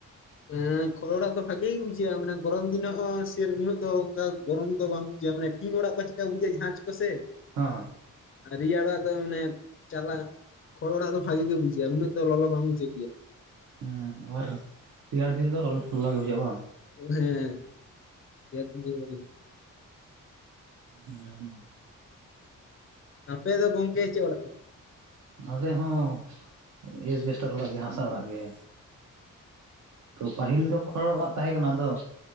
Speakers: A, on the left; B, on the right.
A: ᱦᱮᱸ ᱠᱷᱚᱲ ᱚᱲᱟᱜ ᱫᱚ ᱵᱷᱟᱜᱤ ᱜᱮ ᱵᱩᱡᱷᱟᱹᱜᱼᱟ ᱢᱟᱱᱮ ᱜᱚᱨᱚᱢ ᱫᱤᱱᱚᱜ ᱥᱮᱨ ᱩᱱᱟᱹᱜ ᱫᱚ ᱚᱱᱠᱟ ᱜᱚᱨᱚᱢ ᱫᱚ ᱵᱟᱝ ᱵᱩᱡᱷᱟᱹᱜᱼᱟ ᱢᱟᱱᱮ ᱴᱤᱱ ᱚᱲᱟᱜ ᱠᱚ ᱪᱮᱠᱟ ᱵᱩᱡᱷᱟᱹᱜᱼᱟ ᱡᱷᱟᱡᱽ ᱠᱚᱥᱮ
B: ᱦᱚᱸ
A: ᱨᱮᱭᱟᱲᱟᱜ ᱫᱚ ᱢᱟᱱᱮ ᱪᱟᱞᱟ ᱠᱷᱚᱲ ᱚᱲᱟᱜ ᱫᱚ ᱵᱷᱟᱹᱜᱤ ᱜᱮ ᱵᱩᱡᱷᱟᱹᱜ-ᱟ ᱩᱱᱟᱹᱜ ᱞᱚᱞᱚ ᱵᱟᱝ ᱵᱩᱡᱷᱟᱹᱜ ᱜᱮᱭᱟ᱾
B: ᱦᱩᱸ ᱟᱵᱟᱨ ᱨᱮᱭᱟᱲ ᱫᱤᱱ ᱫᱚ ᱞᱚᱞᱚ ᱜᱮ ᱵᱩᱡᱷᱟᱹᱜ ᱵᱟᱝ
A: ᱦᱮᱸ ᱨᱮᱭᱟᱲ ᱫᱤᱱ ᱫᱚ ᱞᱚᱞᱚ
B: ᱦᱩᱸ
A: ᱟᱯᱮ ᱫᱚ ᱜᱚᱝᱠᱮ ᱪᱮᱫ ᱚᱲᱟᱜ ᱛᱟᱯᱮ?
B: ᱟᱞᱮ ᱦᱚᱸ ᱮᱥᱵᱮᱥᱴᱟᱨ ᱚᱲᱟᱜ ᱜᱮ ᱦᱟᱥᱟ ᱚᱲᱟᱜ ᱜᱮ᱾ ᱛᱚ ᱯᱟᱹᱦᱤᱞ ᱫᱚ ᱠᱷᱚᱲ ᱚᱲᱟᱜ ᱛᱟᱦᱮᱸ ᱠᱟᱱᱟ ᱟᱫᱚ